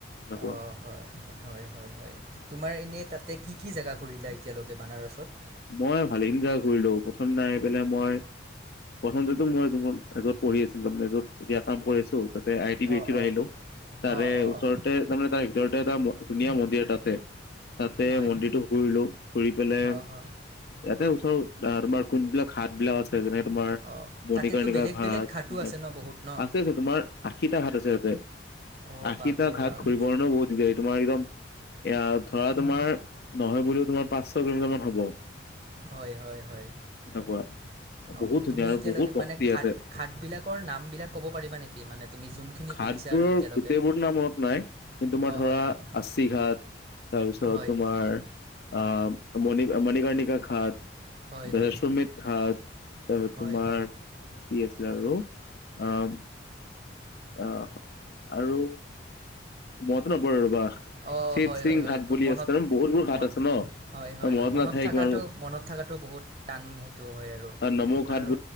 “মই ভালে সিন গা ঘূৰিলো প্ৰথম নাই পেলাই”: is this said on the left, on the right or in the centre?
Left